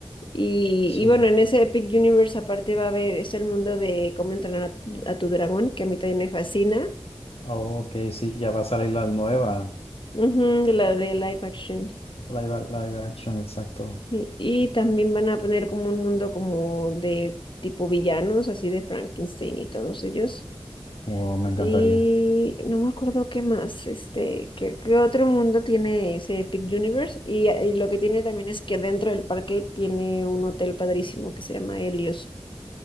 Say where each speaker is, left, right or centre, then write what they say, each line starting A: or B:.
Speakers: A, on the left; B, on the left.
A: Y,
B: sí.
A: y bueno, en ese Epic Universe aparte va a haber, es el mundo de cómo entrenar a, tu a tu dragón, que a mí también me fascina.
B: Oh, ok, sí, ya va a salir la nueva.
A: Ujú, la de live action.
B: Live, live action, exacto.
A: Sí, y también van a poner como un mundo como de tipo villanos, así de Frankenstein y todos ellos.
B: Wow, me encantaría.
A: Y no me acuerdo qué más, este, qué, qué otro mundo tiene ese Epic Universe. Y, y lo que tiene también es que dentro del parque tiene un hotel padrísimo que se llama Helios.